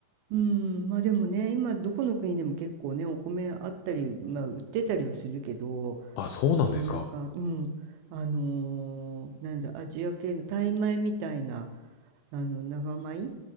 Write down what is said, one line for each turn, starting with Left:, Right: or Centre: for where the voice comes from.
Right: うん、まあでもね、今どこの国でも結構ね、お米あったり、まあ売ってたりはするけど、
Left: あ、そうなんですか。
Right: まあなんか、うん、あのーなんだ、アジア系のタイ米みたいな、あの、長米